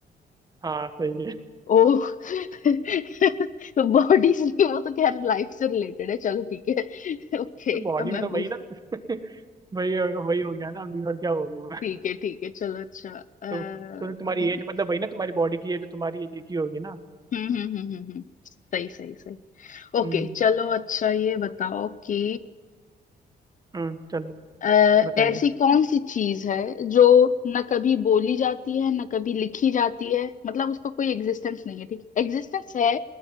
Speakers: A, on the right (about 20°); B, on the left (about 45°).
A: हाँ सही है
B: ओ बॉडी से नहीं, वो तो खैर लाइफ से रिलेटेड है चलो ठीक है <laughs> ओके
A: बॉडी
B: अब
A: में
B: मैं
A: तो
B: पूछ
A: वही ना <laughs> वही वही हो गया ना अभी और क्या बोलूं
B: ठीक है ठीक है चलो अच्छा अ, हम्म
A: तो तो तुम्हारी एज मतलब वही ना तुम्हारी बॉडी की एज तुम्हारी एज की होगी ना
B: हम्म हम्म हम्म हम्म, हम्म, सही सही सही ओके
A: हम्म
B: चलो अच्छा ये बताओ कि
A: हम्म चलो
B: अ,
A: बताइए
B: ऐसी कौन सी चीज है जो न कभी बोली जाती है न कभी लिखी जाती है मतलब उसका कोई एग्जिस्टेंस नहीं है ठीक एग्जिस्टेंस है